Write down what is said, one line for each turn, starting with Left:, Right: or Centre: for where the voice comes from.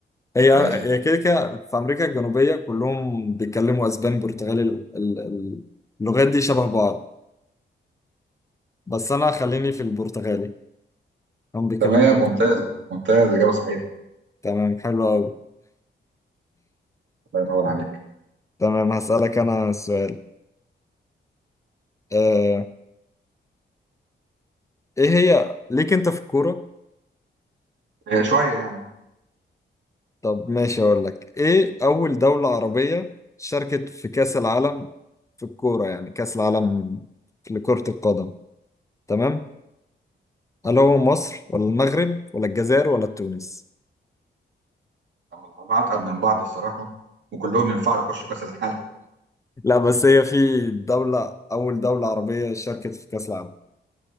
Left: هي
Right: ماشي
Left: هي كده كده في امريكا الجنوبيه كلهم بيتكلموا اسباني برتغالي ال- ال- ال- اللغات دي شبه بعض بس انا خليني في البرتغالي هم بيتكلموا
Right: تمام
Left: برتغالي
Right: ممتاز ممتاز إجابة صحيحة
Left: تمام حلو قوي
Right: الله ينور عليك
Left: تمام هسألك انا سؤال آه ايه هي ليك انت في الكوره
Right: آه، شوية يعني
Left: طب ماشي اقول لك ايه اول دوله عربيه شاركت في كاس العالم في الكوره يعني كاس العالم لكرة القدم تمام هل هو مصر ولا المغرب ولا الجزائر ولا تونس
Right: أما الأربعة أتقل من بعض الصراحة وكلهم ينفعوا يخشوا كأس العالم
Left: لا بس هي في دولة أول دولة عربية شاركت في كأس العالم